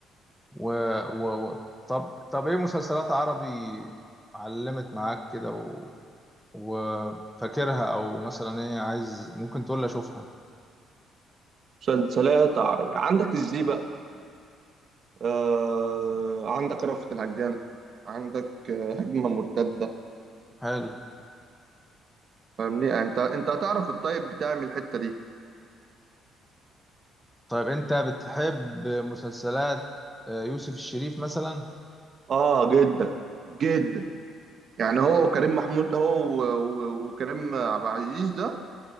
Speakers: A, in the centre; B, on the right.
A: و... و... و... طب طب ايه مسلسلات عربي علمت معاك كده و... وفاكرها او مثلا ايه عايز ممكن تقول لي اشوفها
B: مسلسلات عربي عندك ازاي بقى آه عندك رأفت الهجان عندك آه، هجمه مرتده
A: حلو
B: فاهمني انت انت هتعرف الطيب بتاعي من الحته دي
A: طيب انت بتحب مسلسلات آه، يوسف الشريف مثلا
B: اه جدا جدا يعني هو وكريم محمود هو و- و- وكريم عبد العزيز ده